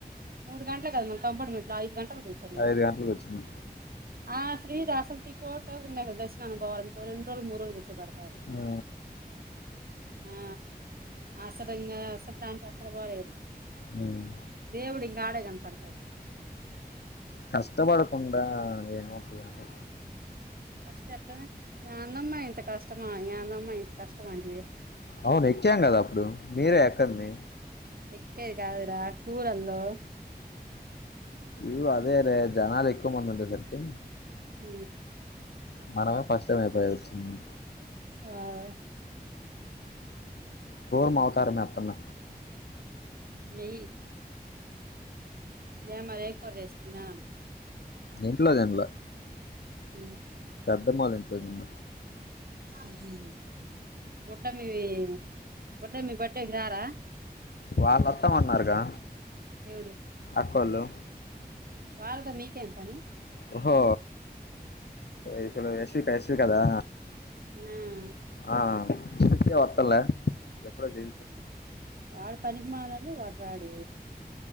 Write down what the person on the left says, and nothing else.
ఐదు గంటలు కూర్చున్నా
ఆ
మ్మ్.
కష్టపడకుండా ఏమవుతుందండి.
అవును ఎక్కాం కదా అప్పుడు మీరే ఎక్కన్ది.
ఇ అదే రే జనాలు ఎక్కువ మంది ఉండే సరికి.
మనమే ఫస్ట్ అయిపోయి వచ్చుంది.
కుర్మా అవతారము వేస్తున్న.
ఇంట్లో తినలా.
పెద్దమ్మ వాళ్ళ ఇంట్లో తిన్న.
వాళ్ళవాస్తాం అన్నారుగా.
అక్కోళ్లు.
ఓహో ఇక్కడ యశ్వి ఎస్ వి కదా.
ఆ ఇప్పుడేవర్తలే ఎప్పుడ అది.